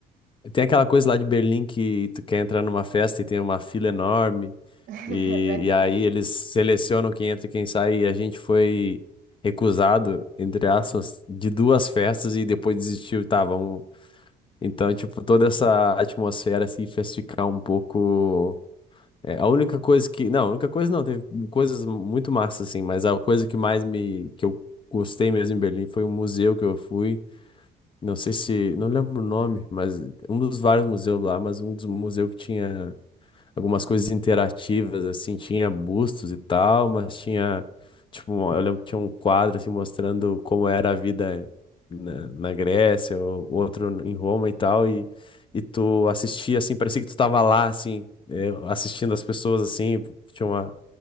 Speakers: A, on the left; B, on the right.
A: tem aquela coisa lá de Berlim que tu quer entrar numa festa e tem uma fila enorme
B: <laughs>
A: e,
B: É verdade.
A: e aí eles selecionam quem entra e quem sai e a gente foi recusado, entre aspas, de duas festas e depois desistiu. Tá, vamos então, tipo, toda essa atmosfera assim fez ficar um pouco. é, a única coisa que. Não, a única coisa não, teve coisas muito massas, assim, mas a coisa que mais me. que eu gostei mesmo em Berlim foi um museu que eu fui. Não sei se. Não lembro o nome, mas um dos vários museus lá, mas um dos museus que tinha algumas coisas interativas, assim, tinha bustos e tal, mas tinha, tipo, uma- eu lembro que tinha um quadro, assim, mostrando como era a vida na, na Grécia, ou outro em Roma e tal, e, e tu assistia, assim, parecia que tu tava lá, assim, eh, assistindo as pessoas, assim, tinha uma...